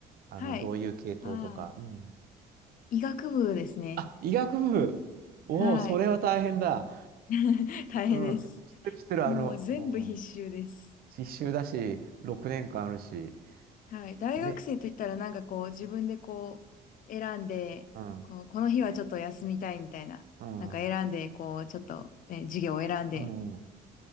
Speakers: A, on the right; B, on the left.
A: あの、
B: はい。
A: どういう系統とか。
B: ああ、
A: うん。
B: 医学部ですね。
A: あ、医学部。おお、
B: はい。
A: それは大変だ。
B: <laughs> 大変です。
A: うん。知ってる、知ってる、
B: もう全部必修です。
A: あの、うん。必修だし、6年間あるし。
B: はい。大学生といったら、
A: ね。
B: なんかこう、自分でこう、選んで、
A: うん。
B: こう、この日はちょっと休みたいみたいな、
A: うん。
B: なんか選んで、
A: うん。
B: こう、ちょっと、ね、授業を選んで
A: う